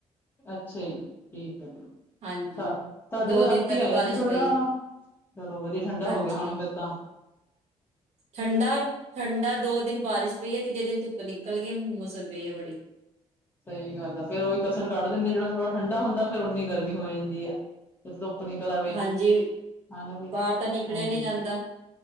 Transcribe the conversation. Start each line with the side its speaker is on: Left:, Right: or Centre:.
Left: ਅੱਛਾ ਜੀ, ਠੀਕ ਹੈ
Right: ਹਾਂਜੀ
Left: ਹਾਂ, ਤੁਹਾਡੇ
Right: ਦੋ
Left: ਤਾਂ ਰਾਤੀ
Right: ਦਿਨ ਤੱਕ
Left: ਆਏ
Right: ਬਾਰਿਸ਼
Left: ਸੀ ਥੋੜਾ
Right: ਪਈ
Left: ਚਲੋ ਵਧੀਆ, ਠੰਢਾ
Right: ਹਾਂਜੀ
Left: ਹੋ ਗਿਆ ਹੋਣਾ ਫਿਰ ਤਾਂ,
Right: ਠੰਡਾ- ਠੰਡਾ, ਦੋ ਦਿਨ ਬਾਰਿਸ਼ ਪਈ ਹੈ, ਤੀਜੇ ਦਿਨ ਧੁੱਪ ਨਿਕਲ ਗਈ ਹੁੰਮਸ ਹੋਈ ਪਈ ਹੈ ਬੜੀ
Left: ਸਹੀ ਗੱਲ ਆ, ਫੇਰ ਉਹੀ ਕਸਰ ਕੱਢ ਦਿੰਦੇ ਜਿਹੜਾ ਥੋੜਾ ਠੰਢਾ ਹੁੰਦਾ ਫਿਰ ਉਨੀ ਗਰਮੀ ਹੋ ਜਾਂਦੀ ਹੈ- ਇੱਥੇ ਧੁੱਪ ਨਿਕਲ ਆਵੇ,
Right: ਹਾਂਜੀ
Left: ਹਨਾ ਜੀ
Right: ਬਾਹਰ ਤਾਂ ਨਿਕਲਿਆ
Left: ਹਾਂਜੀ
Right: ਨੀ ਜਾਂਦਾ